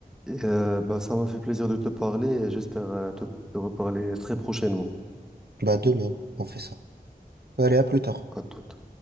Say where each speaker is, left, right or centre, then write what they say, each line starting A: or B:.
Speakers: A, in the centre; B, on the right.
A: Et, euh, ben, ça m'a fait plaisir de te parler et j'espère euh, te te reparler très prochainement.
B: Bah de même, on fait ça. Allez, à plus tard.
A: À toute.